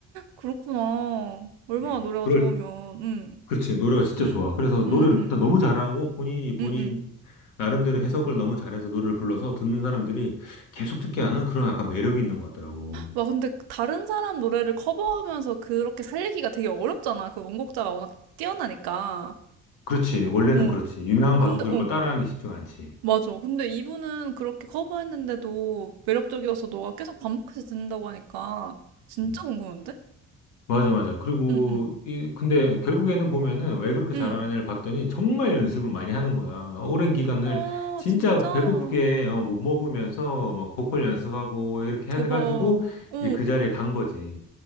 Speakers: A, on the right; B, on the left.
A: 그렇구나. 얼마나
B: 음.
A: 노래가
B: 그럴
A: 좋으면. 응.
B: 그렇지. 노래가 진짜
A: 응.
B: 좋아. 그래서 노래를
A: 응. 응.
B: 일단 너무 잘하고 본인이 본인
A: 응. 응.
B: 나름대로 해석을 너무 잘해서 노래를 불러서 듣는 사람들이 계속 듣게 하는 그런 약간 매력이 있는 것 같더라고.
A: 와, 근데 다른 사람 노래를 커버하면서 그렇게 살리기가 되게 어렵잖아. 그 원곡자가 워낙 뛰어나니까.
B: 그렇지. 원래는
A: 어.
B: 그렇지. 유명한
A: 근데
B: 가수들
A: 어.
B: 걸 따라하는 게 쉽지가 않지.
A: 맞아. 근데 이분은 그렇게 커버했는데도 매력적이어서 너가 계속 반복해서 듣는다고 하니까 진짜
B: 음.
A: 궁금한데?
B: 맞아, 맞아. 그리고
A: 응. 응.
B: 이 근데 결국에는 보면은 왜 그렇게
A: 응.
B: 잘하느냐를 봤더니 정말 연습을 많이 하는 거야. 오랜 기간을
A: 아,
B: 진짜
A: 진짜
B: 배고프게 어, 못 먹으면서 막 보컬 연습하고 이렇게
A: 대박.
B: 해가지고
A: 어.
B: 이제 그 자리에 간 거지.